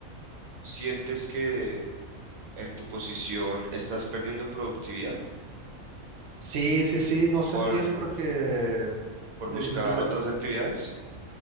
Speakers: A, on the right; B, on the right.
A: sientes que en tu posición estás perdiendo productividad
B: Sí, sí, sí, no sé
A: por,
B: si es porque...
A: por
B: de-
A: buscar
B: de-
A: otras actividades.